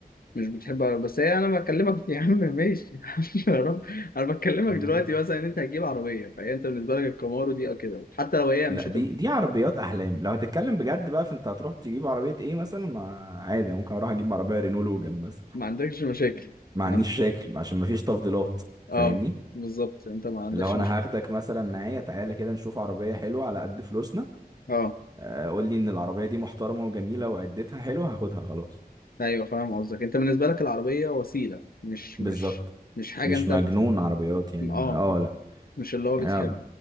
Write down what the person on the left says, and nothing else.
مش بتحب عربية بس هي انا بكلمك <laughs> يا عم ماشي يا عم يا رب انا بكلمك
دلوقتي مثلا ان انت هتجيب عربيه فهي انت بالنسبه لك الكامارو دي او كده حتى لو هي
مش
هتبقى
ما عندكش مشاكل
ما
عند...
اه
بالظبط انت ما عندكش
مشاكل
اه
ايوه فاهم قصدك انت بالنسبه لك العربيه وسيله مش
مش مش حاجه
انت
بت...
اه
مش اللي هو
بتحب